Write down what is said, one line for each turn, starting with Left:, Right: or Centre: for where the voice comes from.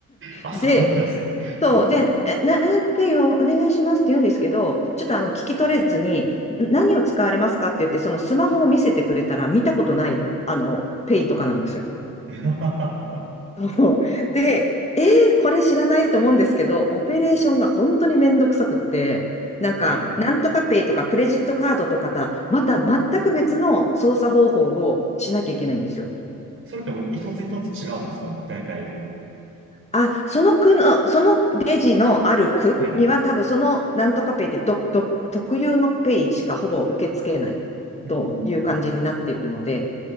Right: あ、
Left: で、
Right: そうなんです。
Left: そう、
Right: うん。
Left: で、えな、えペイをお願いしますって言うんですけど、ちょっとあの聞き取れずに、ん何を使われますかって言って、そのスマホを見せてくれたら見たことない、あの、ペイとかなんですよ。
Right: <laughs> は
Left: そう <laughs> で、えーこれ知らないと思うんですけど、オペレーションが本当にめんどくさくって、なんか、
Right: い。
Left: なんとかペイとかクレジットカードとかた、また全く別の操作方法をしなきゃいけないんですよ。
Right: それってもう一つ一つ違うんですか大体。
Left: あ、その区の、そのレジのある区には多分そのなんとかペイってど、
Right: はい。
Left: ど、特有のペイしかほぼ受け付けないという感じになっているので、
Right: うん。